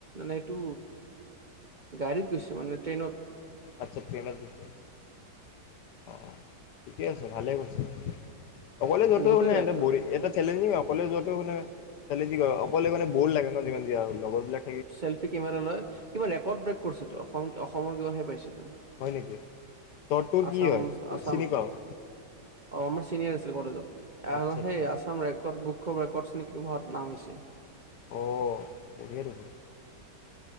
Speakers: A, on the right; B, on the left.
A: এইটো গাড়ীত গৈছে। মানে ট্ৰেইনত।
B: আচ্ছা তেলাৰ বিষয়। অ' ঠিকে আছে ভালে কৈছে। অকলে যোৱাতেও
A: বহুতে
B: মানে
A: যায়তো
B: এ এটা বৰিং। এটা চেলেঞ্জিং। অকলে যোৱাতো মানে। খালে কি কয় অকলে মানে বৰ লাগে ন যিমান যি আৰু লগৰ বিলিলাক।
A: চেল্ফি কেমেৰা লয় কিবা ৰেকৰ্ড ব্ৰেক কৰিছেটো। অসম অসমৰ কিবাহে পাইছে।
B: হয় নেকি তোৰ তোৰ
A: আছাম
B: কি হয়
A: আছাম
B: চিনি পাওঁ।
A: অ' আমাৰ ছিনিয়ৰ আছিল কলেজত।
B: আচ্ছা আচ্ছা
A: সেই আছাম ৰেকৰ্ড বুক। খুব ৰেকৰ্ড। নেকি মত নাম হৈছে।
B: অঁ বঢ়িয়া দেখোন